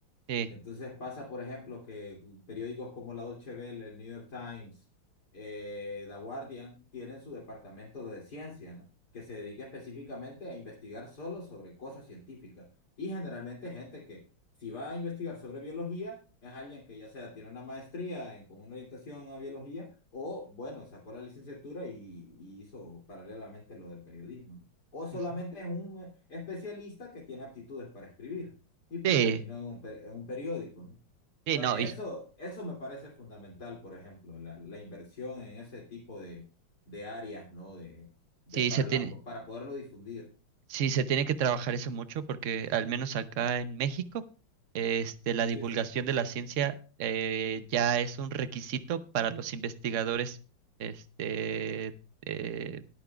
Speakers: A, on the right; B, on the left.
A: Sí,
B: Entonces pasa, por ejemplo, que periódicos como la Dolce Vele, el New York Times, eh, The Guardian, tienen su departamento de ciencia, ¿no? Que se dedica específicamente a investigar solo sobre cosas científicas. Y generalmente gente que si va a investigar sobre biología, es alguien que ya sea tiene una maestría en- con una orientación a biología o, bueno, sacó la licenciatura y, y hizo paralelamente lo del periodismo, ¿no? O solamente
A: ujú.
B: es un eh, especialista que tiene aptitudes para escribir y pues
A: sí,
B: terminó en un, per- en un periódico, ¿no?
A: sí,
B: Entonces,
A: no, hijo,
B: eso, eso me parece fundamental, por ejemplo, la, la inversión en ese tipo de, de áreas, ¿no? De, de
A: sí
B: para
A: se
B: la,
A: tiene,
B: para poderlo difundir.
A: sí se tiene que trabajar eso mucho porque al menos acá en México este, la
B: Sí,
A: divulgación
B: sí.
A: de la ciencia eh, ya es un requisito para los investigadores este, eh,